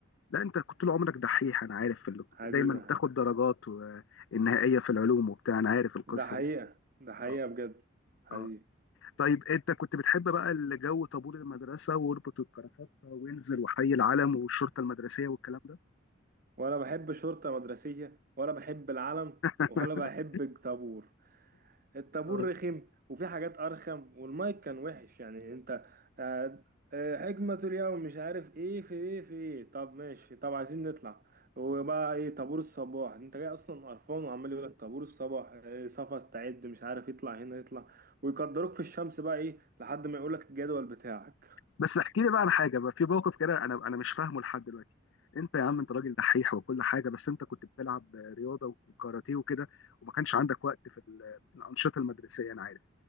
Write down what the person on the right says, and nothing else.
حبيبي
يا حاج
ده حقيقة
ده حقيقة
بجد حقيقي
ولا بحب شرطة مدرسية ولا بحب العلم
ولا بحب الطابور الطابور
رخم وفي حاجات ارخم والمايك كان وحش يعني انت آه، آه، حكمة اليوم مش عارف ايه في ايه في ايه طب ماشي طب عايزين نطلع وبقى ايه طابور الصباح انت جاي اصلا قرفان وعمال يقول لك طابور الصباح إيه صفا استعد مش عارف يطلع هنا يطلع ويقدروك في الشمس بقى ايه لحد ما يقول لك الجدول بتاعك